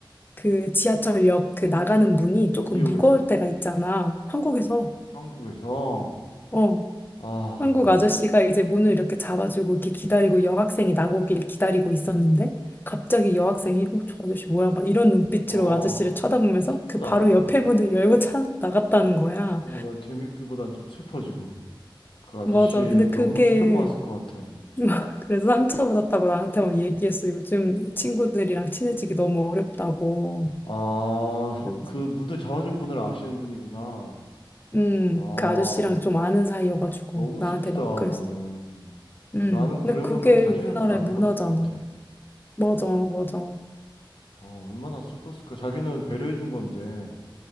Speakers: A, on the left; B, on the left.
A: 그 지하철역 그 나가는 문이 조금
B: 뉴욕에서?
A: 무거울 때가 있잖아. 한국에서.
B: 한국에서?
A: 어.
B: 아,
A: 한국 아저씨가 이제 문을 이렇게 잡아주고 이렇게 기다리고 여학생이 나오길 기다리고 있었는데 갑자기 여학생이 어, 저 아저씨 뭐야? 막 이런 눈빛으로
B: 아,
A: 아저씨를 쳐다보면서
B: 슬프다.
A: 그 바로
B: 난,
A: 옆에 문을 열고 차 나갔다는 거야.
B: 어, 난 재밌기보단 좀 슬퍼, 지금. 그 아저씨
A: 맞아. 근데
B: 너무
A: 그게
B: 충격받았을 것 같아.
A: <laughs> 그래서 상처받았다고 나한테 막 얘기했어. 요즘 친구들이랑 친해지기 너무 어렵다고.
B: 아, 성-
A: 그러면서,
B: 그 문을 잡아준 분을 아시는 분이구나.
A: 음,
B: 아,
A: 그 아저씨랑 좀 아는 사이여가지고
B: 너무
A: 나한테
B: 슬프다,
A: 막 그랬어.
B: 나는.
A: 음,
B: 나는 그러면은
A: 근데 그게
B: 다시는
A: 우리나라의
B: 문 안
A: 문화잖아.
B: 잡아줄 것 같아.
A: 맞아, 맞아,
B: 아, 얼마나 슬펐을까. 자기는 배려해준 건데,